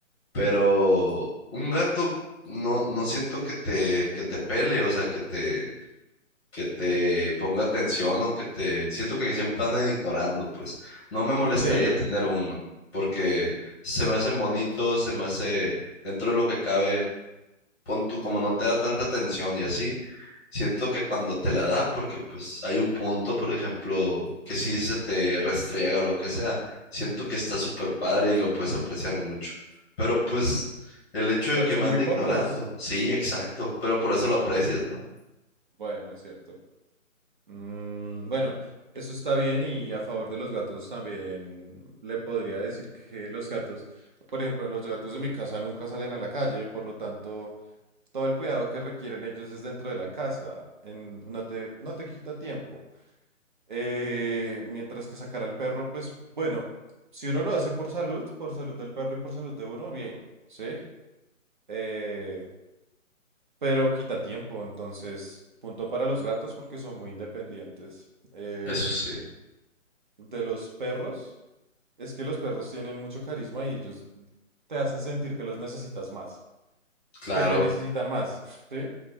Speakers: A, on the left; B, on the right.
A: pero un gato no, no siento que te, que te pele, o sea, que te, que te ponga atención o que te... Siento que siempre andan ignorando, pues no me molestaría
B: Sí.
A: tener uno, porque se me hacen bonitos, se me hace dentro de lo que cabe pon tú, como no te da tanta atención y así, siento que cuando te la da, porque pues hay un punto, por ejemplo, que si se te restriega o lo que sea, siento que está súper padre y lo puedes apreciar mucho. Pero pues
B: mm,
A: el hecho de
B: Pero
A: que
B: son
A: me ande
B: muy pocos.
A: ignorando, sí, exacto, pero por eso lo aprecias, ¿no?
B: Bueno, es cierto. Mm, bueno, eso está bien y a favor de los gatos también le podría decir que los gatos, por ejemplo, los gatos de mi casa nunca salen a la calle, por lo tanto, todo el cuidado que requieren ellos es dentro de la casa. en- no te, no te quita tiempo. Eh, mientras que sacar al perro, pues bueno, si uno lo hace por salud, por salud del perro y por salud de uno, bien, ¿sí? Eh, pero quita tiempo, entonces, punto para los gatos porque son muy independientes. Eh,
A: Eso sí,
B: de los perros, es que los perros tienen mucho carisma y ellos te hacen sentir que los necesitas más,
A: claro,
B: que te necesitan más, ¿sí?